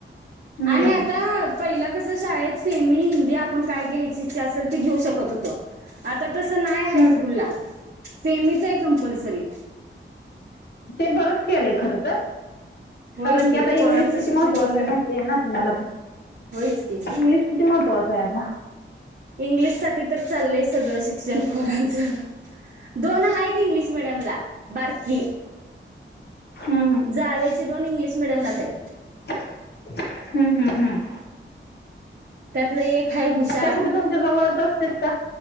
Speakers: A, on the left (about 55°); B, on the right (about 50°).
A: हम्म
B: आणि आता पहिला कसं शाळेत सेमी हिंदी आपण काय घ्यायची इच्छा असेल ती घेऊ शकत होतो आता तसं नाय हाय
A: हम्म
B: स्कूल ला सेमीच हाय कंपल्सरी.
A: ते बरंच केलंय खरं तर
B: होय
A: कारण की आता
B: पोरांचं
A: इंग्लिश किती
B: शिक्षण
A: महत्त्वाच
B: पण
A: आहे ना माहीती आहे ना तुम्हाला पण.
B: होयच की
A: इंग्लिश किती महत्त्वाचं आहे आता
B: इंग्लिश साठी तर चाललंय सगळं शिक्षण पोरांचा. दोन हायत इंग्लिश मिडियमला बारकी.
A: हम्म हम्म
B: जावेची दोन इंग्लिश मीडियमलाच हायत.
A: हम्म हम्म हम्म.
B: त्यातलं एक हाय हुशार
A: त्या कुठं तुमच्या जवळच असतेस का?